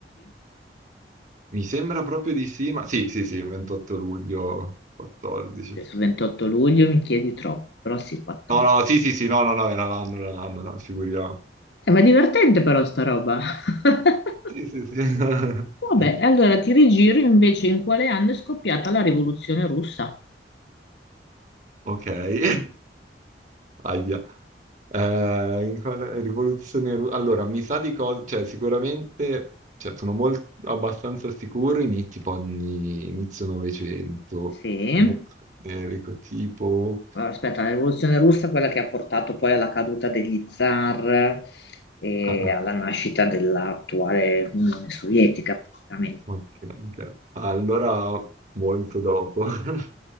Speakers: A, on the right; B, on the left.
A: Mi sembra proprio di sì, ma... Sì, sì, sì, 28 luglio 14.
B: Cioè, su 28 luglio mi chiedi troppo, però sì, 14.
A: No, no, sì, sì, sì, no, no, no, era l'anno, era l'anno, no, figuriamo.
B: Eh, ma è divertente però sta roba. <laughs>
A: Sì, sì, sì. <laughs>
B: Vabbè, allora ti rigiro invece in quale anno è scoppiata la rivoluzione russa?
A: Ok. <laughs> Ahia. Eh, in quale rivoluzione ru- Allora, mi sa di cosa, cioè sicuramente, cioè, sono molto, abbastanza sicuro, ini- tipo anni, inizio Novecento,
B: Sì.
A: siamo generico, tipo...
B: Allora, Aspetta, la rivoluzione russa è quella che ha portato poi alla caduta degli zar e
A: ah, ah,
B: alla nascita dell'attuale Unione Sovietica, praticamente.
A: ok, ok. Ah, Allora, molto dopo. <laughs>